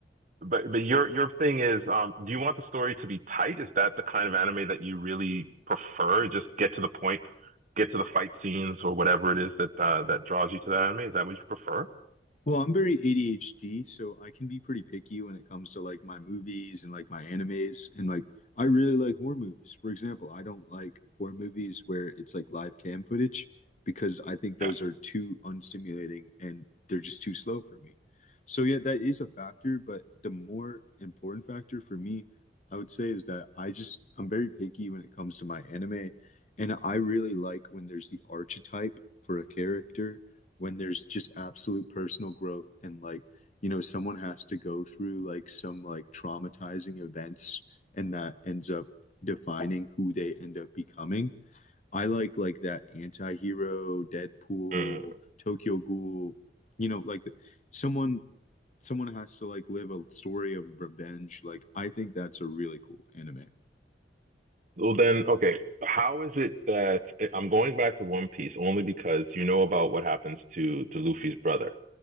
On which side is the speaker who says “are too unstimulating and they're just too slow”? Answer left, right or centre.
Left